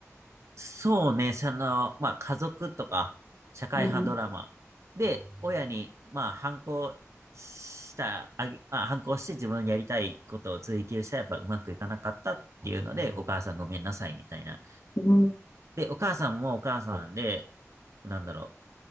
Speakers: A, on the right; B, on the left.
A: そうね、その、まあ、家族とか、社会派ドラマ。
B: うん。
A: で、親に、まあ、反抗した、あげ、まあ、反抗して自分のやりたいことを追求したら、やっぱうまくいかなかったっていうので、お母さんごめんなさいみたいな。
B: うん。
A: で、お母さんもお母さんで、なんだろう、